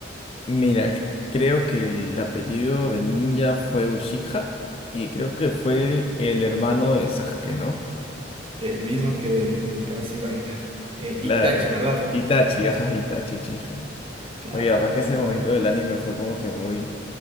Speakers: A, on the left (about 30°); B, on the right (about 30°).
A: Mira, creo que el apellido del ninja fue Uchiha y creo que fue el hermano de Sasuke, ¿no?
B: El mismo que casi baila. Eh,
A: Claro,
B: Itachi, ¿verdad?
A: Itachi,
B: Itachi.
A: ajá, Itachi Uchiha.
B: Claro,
A: Oye, la verdad es que
B: el
A: ese
B: mejor.
A: momento del anime fue como que muy,